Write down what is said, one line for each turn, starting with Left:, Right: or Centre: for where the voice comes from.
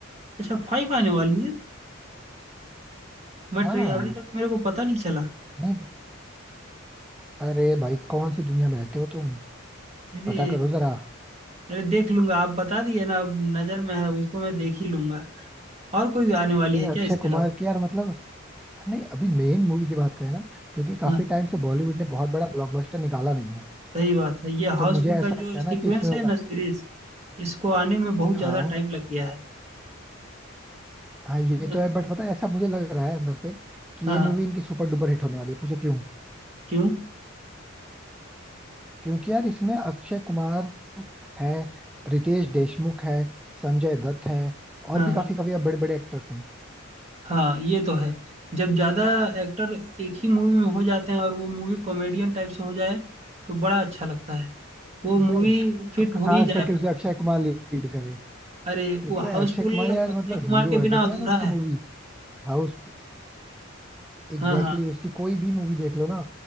Right: अच्छा फाइव आने वाली है मैं
Centre: हाँ
Right: ट्रे अभी तक मेरे को पता नहीं चला
Centre: नहीं अरे भाई कौन सी दुनिया में रहते हो तुम
Right: अरे
Centre: पता करो जरा
Right: अरे देख लूंगा आप बता दिए ना अब नजर में है अब उसको मैं देख ही लूंगा और कोई आने वाली
Centre: अरे
Right: है क्या
Centre: अक्षय
Right: इसके
Centre: कुमार
Right: अलावा
Centre: की यार मतलब नहीं अभी मेन मूवी की बात करें ना क्योंकि
Right: हाँ
Centre: काफी टाइम से बॉलीवुड ने बहुत बड़ा ब्लॉकबस्टर निकाला नहीं है
Right: सही बात है ये
Centre: तो
Right: हाउसफुल
Centre: मुझे ऐसा
Right: का
Centre: लगता
Right: जो
Centre: है
Right: सीक्वेंस
Centre: ना कि इसमें होगा
Right: है ना सीरीज इसको आने में बहुत
Centre: हाँ
Right: ज्यादा टाइम लग गया है
Centre: हाँ ये
Right: है ना
Centre: तो है बट पता है ऐसा मुझे लग रहा है अंदर से कि
Right: हाँ
Centre: ये मूवी
Right: हाँ
Centre: इनकी सुपर डुपर हिट होने वाली है पूछो क्यों
Right: क्यों
Centre: क्योंकि यार इसमें अक्षय कुमार है रितेश देशमुख है संजय दत्त है और
Right: हाँ
Centre: भी
Right: हाँ
Centre: काफी काफी बड़े बड़े एक्टर्स हैं
Right: हाँ ये तो है जब ज्यादा एक्टर एक ही मूवी में हो जाते हैं और वो मूवी कॉमेडियन टाइप से हो जाए तो बड़ा अच्छा लगता है वो मूवी
Centre: नहीं
Right: फिट
Centre: अब खास
Right: हो ही जाएगा
Centre: करके उसे अक्षय कुमार लीड करे
Right: अरे
Centre: क्योंकि
Right: वो
Centre: भाई
Right: हाउसफुल
Centre: अक्षय कुमार यार
Right: अक्षय
Centre: मतलब
Right: कुमार
Centre: हीरो
Right: के
Centre: है
Right: बिना
Centre: देखो
Right: अधूरा
Centre: है ना उसकी
Right: है
Centre: मूवी हाउस एग्जैक्टली
Right: हाँ हाँ
Centre: उसकी कोई भी मूवी देख लो ना